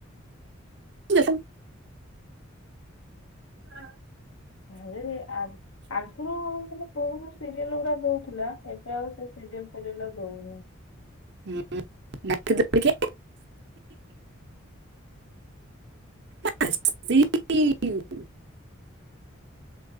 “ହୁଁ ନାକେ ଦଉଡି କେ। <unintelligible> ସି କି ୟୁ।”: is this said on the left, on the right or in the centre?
Right